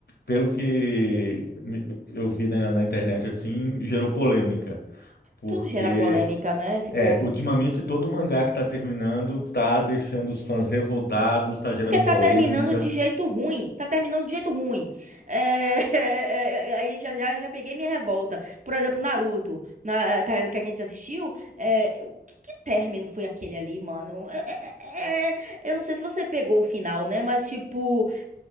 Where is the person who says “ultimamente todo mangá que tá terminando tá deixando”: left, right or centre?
Left